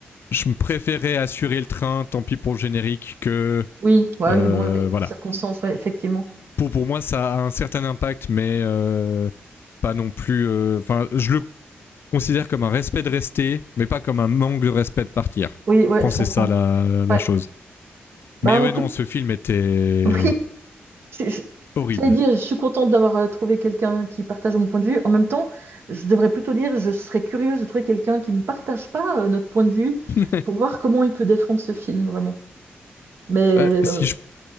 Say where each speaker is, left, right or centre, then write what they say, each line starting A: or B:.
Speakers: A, on the left; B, on the right.
A: je me préférais assurer le train, tant pis pour le générique, que
B: Oui, ouais,
A: euh,
B: oui, bon, oui,
A: voilà
B: les circonstances, ouais, effectivement.
A: pour, pour moi, ça a un certain impact, mais euh, pas non plus. Enfin, euh, enfin, je le considère comme un respect de rester, mais pas comme un manque de respect de partir.
B: Oui, ouais,
A: Je pense
B: je comprends.
A: que c'est ça la, la, la
B: Ouais.
A: chose.
B: Bah,
A: Mais ouais,
B: en tout,
A: non, ce film était
B: <laughs> oui, je, je-
A: horrible.
B: j'allais dire, je suis contente d'avoir euh, trouvé quelqu'un qui partage mon point de vue. En même temps, je devrais plutôt dire, je serais curieuse de trouver quelqu'un qui ne partage pas euh, notre point de vue
A: <laughs>
B: pour voir comment il peut défendre ce film, vraiment. Mais
A: Euh, si
B: euh,
A: je,